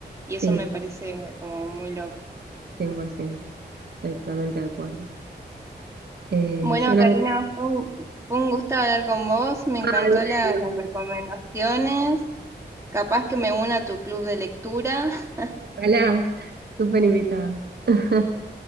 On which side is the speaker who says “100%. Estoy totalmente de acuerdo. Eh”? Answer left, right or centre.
Right